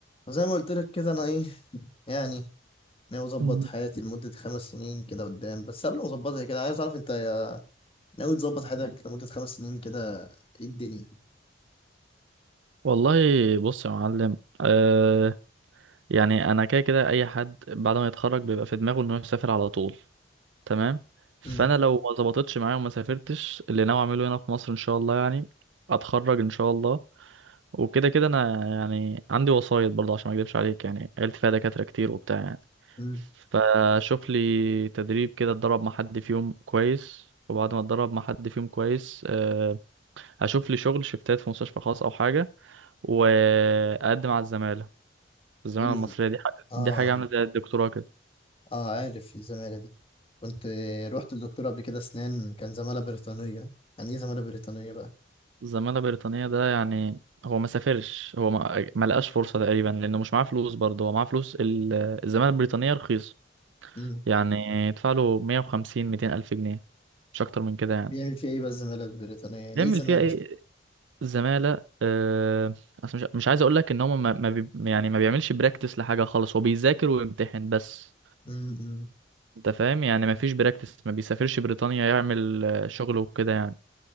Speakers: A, on the left (about 30°); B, on the right (about 75°).
A: وزي ما قلت لك كده انا ايه يعني ناوي اظبط
B: مم.
A: حياتي لمدة خمس سنين كده قدام بس قبل ما اظبطها كده عايز اعرف انت يا- ناوي تظبط حياتك لمدة خمس سنين كده ايه الدنيا
B: والله بص يا معلم آه يعني انا كده كده اي حد بعد ما يتخرج بيبقى في دماغه انه يسافر على طول تمام فانا
A: امم
B: لو ما ظبطتش معايا وما سافرتش اللي ناوي اعمله هنا في مصر ان شاء الله يعني اتخرج ان شاء الله وكده كده انا يعني عندي وصاية برضه عشان ما اكدبش عليك يعني عيلتي فيها دكاترة كتير وبتاع يعني
A: امم
B: فشوف لي تدريب كده اتدرب مع حد فيهم كويس وبعد ما اتدرب مع حد فيهم كويس آه، اشوف لي شغل شفتات في مستشفى خاص او حاجة واقدم على الزماله الزماله
A: ايزي
B: المصريه دي حاجه
A: اه
B: دي حاجه عامله زي الدكتوراه كده
A: اه عارف الزمالة دي كنت رحت للدكتور قبل كده اسنان كان زمالة بريطانية يعني ايه زمالة بريطانية بقى
B: الزماله البريطانيه ده يعني هو ما سافرش هو ما, ما لقاش فرصه تقريبا لانه مش معاه فلوس برضه هو معاه فلوس ال- الزماله البريطانيه رخيصه
A: امم
B: يعني يدفع له 150 200 الف جنيه مش اكتر من كده يعني
A: بيعمل فيها ايه بقى الزمالة البريطانية يعني
B: بيعمل
A: ايه زمالة
B: فيها ايه
A: اصلا
B: الزماله آه، اصل مش مش عايز اقول لك ان هو ما ما بي يعني ما بيعملش براكتس لحاجه خالص هو بيذاكر ويمتحن بس
A: امم أمم.
B: انت فاهم يعني ما فيش براكتس ما بيسافرش بريطانيا يعمل آه، شغل وكده يعني